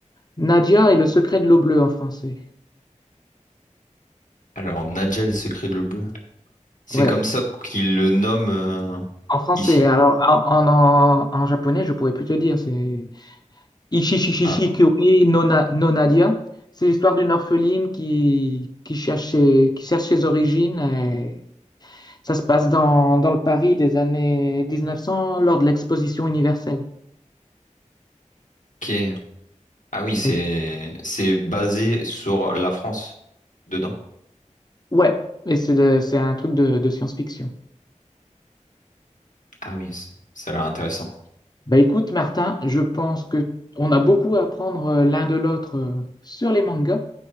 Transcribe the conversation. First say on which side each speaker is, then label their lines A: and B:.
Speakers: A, on the left; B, on the left.
A: Nadia et le secret de l'eau bleue en français.
B: Alors, Nadja et le secret de l'eau bleue. C'est
A: Ouais,
B: comme ça qu'ils le nomment euh,
A: en français.
B: ici.
A: Alors, en, en, en- en japonais, je pourrais plus te dire. C'est Ichi
B: Ah,
A: Kyori no, Na- no Nadia. C'est l'histoire d'une orpheline qui, qui cherche ses, qui cherche ses origines. et ça se passe dans, dans le Paris des années 1900 lors de l'exposition universelle.
B: ok. Ah oui, c'est
A: Et,
B: c'est basé sur la France dedans.
A: ouais, et c'est de- c'est un truc de de science-fiction.
B: Ah oui, c- ça a l'air intéressant.
A: Bah écoute, Martin, je pense que on a beaucoup à apprendre euh, l'un de l'autre euh, sur les mangas,